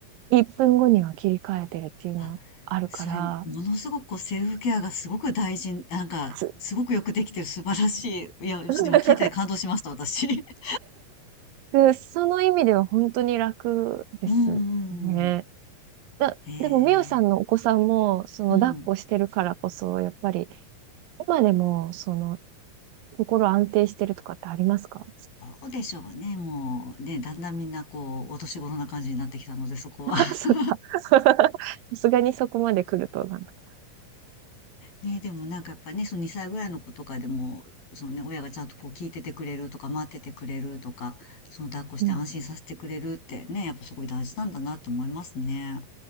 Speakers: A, on the right (about 80°); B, on the left (about 85°).
A: 1分後には切り替えてるっていうのはあるから、
B: あ、それ、ものすごくこうセルフケアがすごく大事、なんか、
A: つ
B: すごくよくできてる素晴らしい。いや、ちょっと今聞いてて感動しました、
A: <laughs>
B: 私。<laughs>
A: でその意味では本当に楽ですね。
B: うんうんうん。
A: だ、
B: ええ。
A: でも、みおさんのお子さんも、その、
B: うん。
A: 抱っこしてるからこそ、やっぱり、今でも、その、心安定してるとかってありますか
B: どうでしょうね。もう、ね、だんだんみんなこう、お年頃な感じになってきたので、そこは。
A: <laughs> あ、
B: <laughs>
A: そっか。<laughs> さすがにそこまで来ると、なんか。
B: ね、でもなんかやっぱね、その2歳ぐらいの子とかでも、そのね、親がちゃんとこう聞いててくれるとか、待っててくれるとか、その抱っこして安心させてくれるってね、
A: うん、
B: やっぱすごい大事なんだなって思いますね。